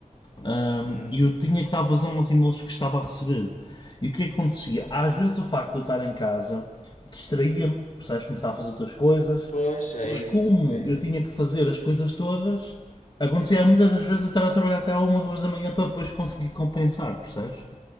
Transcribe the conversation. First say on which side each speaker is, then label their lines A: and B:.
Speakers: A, on the left; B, on the left.
A: ahm,
B: Hum,
A: e eu tinha que dar vazão aos e-mails que estava a receber. E o que acontecia? Às vezes o facto de eu estar em casa distraía-me, percebes? Começava a fazer outras coisas,
B: pois, é
A: mas
B: isso,
A: como
B: é isso.
A: eu tinha que fazer as coisas todas, acontecia muitas das vezes eu estar a trabalhar até à uma ou duas da manhã para depois conseguir compensar, percebes?